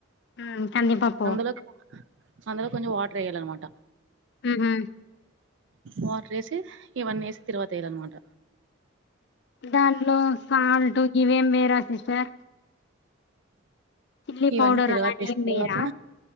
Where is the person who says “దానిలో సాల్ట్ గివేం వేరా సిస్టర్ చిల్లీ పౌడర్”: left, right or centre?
Left